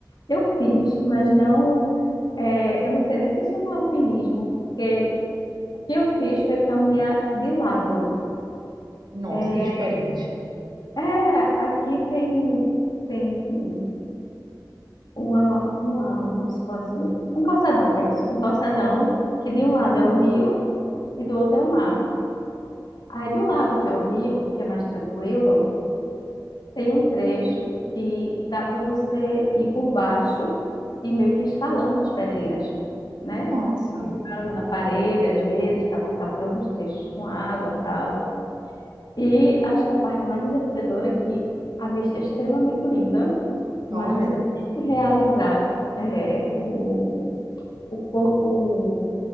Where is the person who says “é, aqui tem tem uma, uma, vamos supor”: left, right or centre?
Left